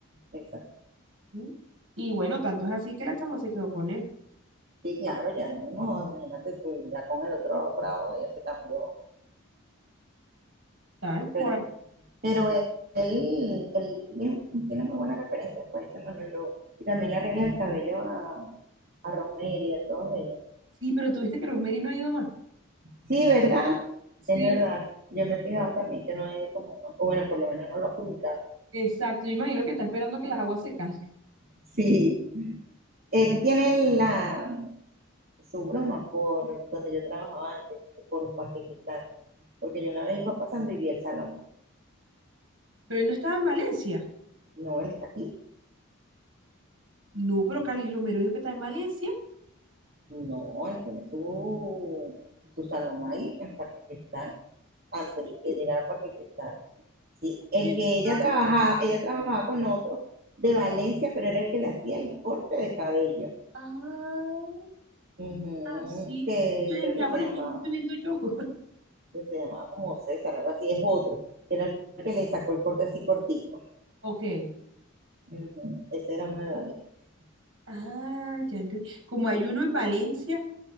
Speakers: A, on the right; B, on the right.
A: exacto.
B: ¿Mm? Y bueno, tanto es así que la chama se quedó con él.
A: Sí, claro, ya, ni modo, imagínate tú, ya con el otro bravo ya se cambió.
B: Tal cual.
A: Pero, pero él, él, él tiene muy buenas referencias, pues dice Manuel Lobo. Y también le arregla el cabello a, a Rosemary, a todos ellos.
B: Sí, pero tuviste que Rosemary no ha ido más.
A: Sí, ¿verdad?
B: Sí,
A: Es verdad. Yo me he fijado también que no ha ido como, o bueno, por lo menos no lo ha publicado.
B: Exacto, yo imagino que está esperando que las aguas se calmen.
A: Sí. Él tiene la, su broma por donde yo trabajaba antes, por Parque Cristal. Porque yo una vez iba pasando y vi el salón.
B: Pero él no estaba en Valencia.
A: No, él está aquí.
B: No, pero Carlos Romero dijo que está en Valencia.
A: No, él tiene su, su salón ahí, en Parque Cristal, antes
B: Sí,
A: de llegar a Parque Cristal. Sí. El
B: sí,
A: que
B: está
A: ella trabajaba,
B: bien.
A: ella trabajaba con otro de Valencia, pero era el que le hacía el corte de cabello.
B: Ah,
A: Ujú,
B: sí,
A: que
B: sí. Yo decía,
A: creo que se
B: bueno,
A: llama,
B: ¿quién estoy viendo yo? <laughs>
A: que se llamaba como César, algo así, es otro, que era el que le sacó el corte así cortico.
B: Ok.
A: Ujú, Ese era uno de Valencia.
B: Ah, ya entendí. Como hay uno en Valencia.